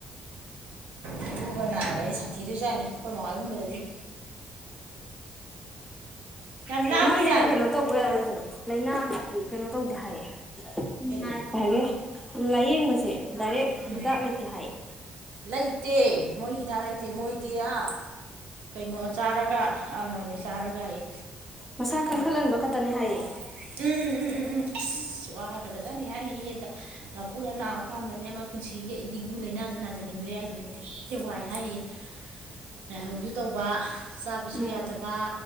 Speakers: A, in the centre; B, on the right.
A: <unintelligible>
B: ꯑꯗꯨꯒ ꯅꯥꯔꯒꯗꯤ ꯁꯥꯊꯤꯗꯣꯏꯖꯥꯠꯅꯤ ꯑꯩꯈꯣꯏ ꯃꯃꯥꯏꯒꯨꯝꯕꯗꯗꯤ ꯌꯥꯝ ꯂꯥꯡꯉꯤꯅ
A: ꯃꯣꯏꯁꯦ ꯀꯩꯅꯣ ꯇꯧꯕ ꯌꯥꯗ‌ꯦ ꯍꯥꯏꯌ‌ꯦ ꯂꯩꯅ ꯍꯥꯏꯕꯅꯤ꯫ ꯀꯩꯅꯣ ꯇꯧꯗꯦ ꯍꯥꯏꯌꯦ
B: ꯀꯔꯤ
A: ꯑꯥꯏ ꯕꯤ ꯑꯦꯐ ꯂꯥꯏꯌꯦꯡꯕꯁꯦ꯫ ꯗꯥꯏꯔꯦꯛ
B: ꯎꯝ
A: ꯍꯤꯗꯥꯛ ꯂꯩꯇꯦ ꯍꯥꯏꯌ‌ꯦ꯫
B: ꯂꯩꯇꯦ ꯃꯣꯏ ꯍꯤꯗꯥꯛ ꯂꯩꯇꯦ ꯃꯣꯏꯗꯤ ꯑ꯫ ꯀꯩꯅꯣ ꯆꯥꯔꯒ ꯑ ꯀꯩꯅꯣ ꯆꯥꯔꯒ ꯌ‌ꯦ꯫
A: ꯃꯁꯥ ꯀꯟꯈꯠꯍꯟꯕ ꯈꯛꯇꯅꯦ ꯍꯥꯏꯌꯦ꯫
B: ꯎꯝ ꯎꯝ ꯎꯝ ꯎꯝ ꯎꯝ ꯏꯁ꯫ ꯨ ꯋꯥꯒꯔꯖꯥꯠꯅꯤ ꯍꯥꯏꯔꯤꯌꯦ ꯑꯗ ꯅꯄꯨꯅ ꯅꯥꯀꯥꯟꯗꯅꯦ ꯃꯥ ꯄꯨꯟꯁꯤꯒꯤ ꯑꯩ ꯗꯤꯡꯒꯨ ꯂꯩꯅꯁ‌ꯦꯅ꯫ ꯖꯅꯤꯡꯗ꯭ꯔꯦ ꯍꯥꯏꯁꯤꯅꯦ ꯊꯤꯅ ꯋꯥꯏ ꯍꯥꯏꯔꯤꯌꯦ ꯂꯥꯏꯍꯧꯁꯨ ꯇꯧꯕ꯫ ꯆꯥꯕꯁꯨ
A: ꯎꯝ
B: ꯌꯥꯗꯕ